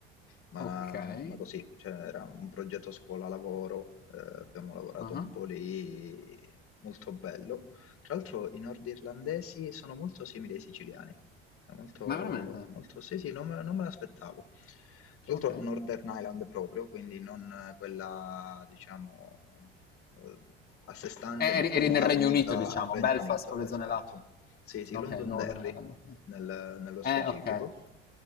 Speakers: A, on the left; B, on the left.
A: ma,
B: Okay.
A: ma così, cioè era un progetto scuola-lavoro, eh, abbiamo lavorato
B: Ah-ah.
A: un po' lì, molto bello. Tra l'altro i nordirlandesi sono molto simili ai siciliani. È molto
B: Ma veramente?
A: molto sì, sì, non me non me l'aspettavo. Tra l'altro
B: Okay.
A: Northern Island proprio, quindi non eh, quella diciamo, uhm, a sé stante,
B: E
A: ma
B: eri
A: quella
B: eri nel Regno
A: unita
B: Unito diciamo,
A: al Regno
B: Belfast,
A: Unito,
B: quelle
A: esatto.
B: zone là.
A: Sì, sì,
B: Okay,
A: Londonderry
B: Northern Ireland, okay.
A: nel nello
B: Eh,
A: specifico.
B: okay.